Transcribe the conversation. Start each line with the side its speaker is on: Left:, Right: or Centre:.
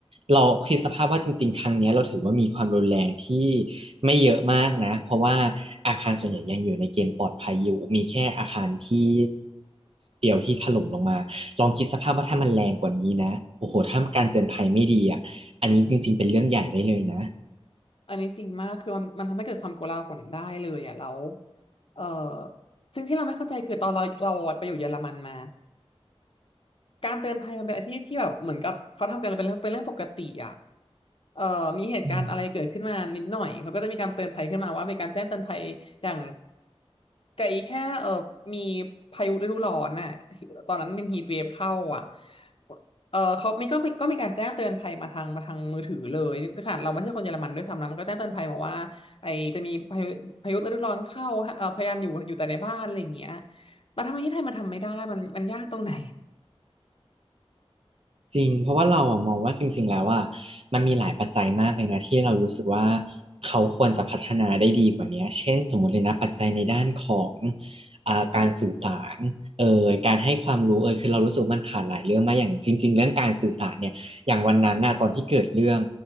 Right: เราคิดสภาพว่าจริงๆครั้งเนี้ยเราถือว่ามีความรุนแรงที่ไม่เยอะมากนะเพราะว่าอาคารส่วนใหญ่ยังอยู่ในเกณฑ์ปลอดภัยอยู่มีแค่อาคารที่เดียวที่ถล่มลงมาลองคิดสภาพว่าถ้ามันแรงกว่านี้นะโอ้โหถ้าการเตือนภัยไม่ดีอ่ะอันนี้จริงๆเป็นเรื่องใหญ่ได้เลยนะ
Left: อันนี้จริงมากคือมันมันทำให้เกิดความโกลาหลได้เลยอ่ะแล้วเออซึ่งที่เราไม่เข้าใจคือตอนเราเราไปอยู่เยอรมันมาการเตือนภัยมันเป็นอะไรที่ที่แบบเหมือนกับเขาทำกันเป็นเรื่องเป็นเรื่องปกติอ่ะ เอ่อมีเหตุการณ์อะไรเกิดขึ้นมานิดหน่อย
Right: อืม
Left: เขาก็จะมีการเตือนภัยขึ้นมาว่ามีการแจ้งเตือนภัยอย่างไกลแค่เอ่อมีพายุฤดูร้อนน่ะตอนนั้นมันฮีทเวฟเข้าอ่ะเออเขามีก็มีก็มีการแจ้งเตือนภัยมาทางมาทางมือถือเลยขนาดเราไม่ใช่คนเยอรมันด้วยซ้ำนะมันก็แจ้งเตือนภัยมาว่าไอจะมีพายุพายุฤดูร้อนเข้าฮะเออพยายามอยู่อยู่แต่ในบ้านอะไรอย่างเงี้ยแต่ทำไมที่ไทยมันทำไม่ได้มันมันยากตรงไหน
Right: จริงเพราะว่าเราอะมองว่าจริงๆแล้วว่ามันมีหลายปัจจัยมากเลยนะที่เรารู้สึกว่าเขาควรจะพัฒนาได้ดีกว่านี้เช่นสมมติเลยนะปัจจัยในด้านของอ่าการสื่อสารเอ่ยการให้ความรู้เอ่ยคือเรารู้สึกว่ามันขาดหลายเรื่องมากอย่างจริงๆเรื่องการสื่อสารเนี่ยอย่างวันนั้นน่ะตอนที่เกิดเรื่อง